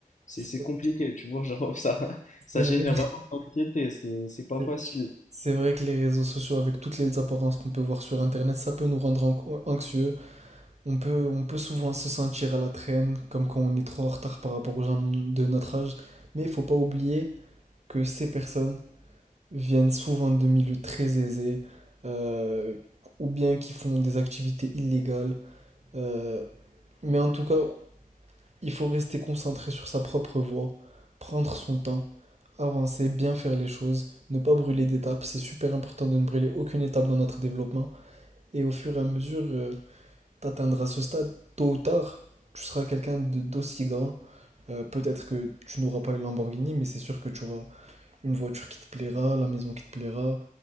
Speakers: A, on the left (about 55°); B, on the right (about 50°).
A: c'est
B: c'est
A: c'est compliqué, tu vois, genre, <laughs> ça,
B: c'est
A: ça
B: vrai
A: génère vraiment de l'anxiété, c'est c'est pas
B: c'est
A: facile.
B: c'est vrai que les réseaux sociaux, avec toutes les apparences qu'on peut voir sur Internet, ça peut nous rendre an- anxieux. On peut, on peut souvent se sentir à la traîne, comme quand on est trop en retard par rapport aux gens de notre âge. Mais il faut pas oublier que ces personnes viennent souvent de milieux très aisés, euh, ou bien qui font des activités illégales. euh, mais en tout cas, Il faut rester concentré sur sa propre voie, prendre son temps, avancer, bien faire les choses, ne pas brûler d'étapes. C'est super important de ne brûler aucune étape dans notre développement. Et au fur et à mesure, euh, tu atteindras ce stade, tôt ou tard, tu seras quelqu'un de- d'aussi grand. Euh, peut-être que tu n'auras pas une Lamborghini, mais c'est sûr que tu auras une voiture qui te plaira, la maison qui te plaira,